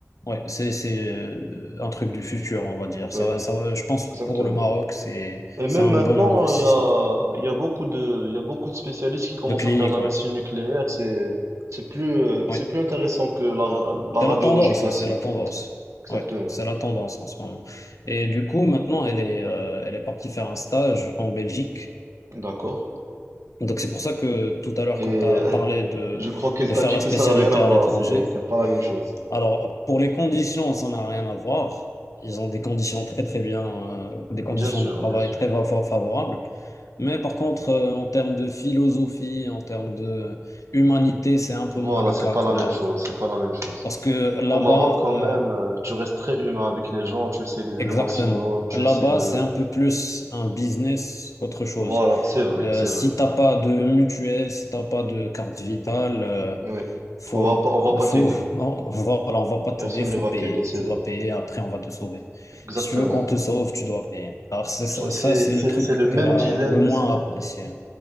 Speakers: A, on the left (about 80°); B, on the right (about 65°).
A: ouais, c'est c'est, euh, un truc du futur, on va dire.
B: Oui,
A: Ça, va- ça, va- je pense
B: exactement.
A: pour le Maroc, c'est
B: Et
A: c'est
B: même
A: un
B: maintenant,
A: bon investissement
B: il y a, il y a beaucoup de, il y a beaucoup de spécialistes qui commencent
A: de clinique,
B: à faire de la
A: ouais.
B: médecine nucléaire. C'est, c'est plus, euh,
A: Ouais.
B: c'est plus intéressant que la, la
A: C'est
B: radiologie
A: la tendance,
B: classique.
A: ça, c'est la tendance.
B: Exactement.
A: Ouais, c'est la tendance en ce moment. Et du coup, maintenant, elle est euh, elle est partie faire un stage en Belgique.
B: D'accord.
A: Donc c'est pour ça que tout à l'heure,
B: Et
A: quand tu as
B: euh,
A: parlé
B: <laughs>
A: de
B: je crois qu'elle
A: de
B: t'a
A: faire
B: dit
A: la
B: que
A: spécialité
B: ça n'a rien à voir.
A: à l'étranger,
B: C'est, c'est pas la même chose.
A: Alors, pour les conditions, ça n'a rien à voir. Ils ont des conditions très très bien, euh, des conditions
B: Bien sûr,
A: de travail
B: bien sûr.
A: très va- fa- favorables. Mais par contre, euh, en termes de philosophie, en termes de humanité, c'est un peu
B: Voilà,
A: moins le
B: c'est
A: cas
B: pas
A: qu'au
B: la même
A: Maroc.
B: chose. C'est pas la même chose.
A: Parce que là-bas,
B: Au Maroc, quand même,
A: euh,
B: euh, tu restes très humain avec les gens. Tu essaies d'aider
A: Exactement.
B: le maximum. Tu
A: Là-bas,
B: essaies de.
A: c'est un peu plus un business qu'autre chose.
B: Voilà, c'est vrai,
A: Euh,
B: c'est
A: si
B: vrai.
A: t'as pas de mutuelle, si t'as pas de carte vitale, euh,
B: Oui.
A: faut,
B: On va pas, on va pas
A: faut,
B: t'aider.
A: <laughs> non, voilà, on va pas t'aider,
B: Personne
A: faut
B: ne va
A: payer.
B: t'aider, c'est
A: Tu
B: vrai.
A: dois payer, après on va te sauver.
B: Exactement.
A: Si tu veux qu'on te sauve, tu dois payer. Alors c'est ça,
B: Ouais, c'est
A: ça, c'est
B: c'est-
A: le truc
B: c'est le même
A: qu'elle a
B: dilemme.
A: le moins
B: C'est
A: apprécié.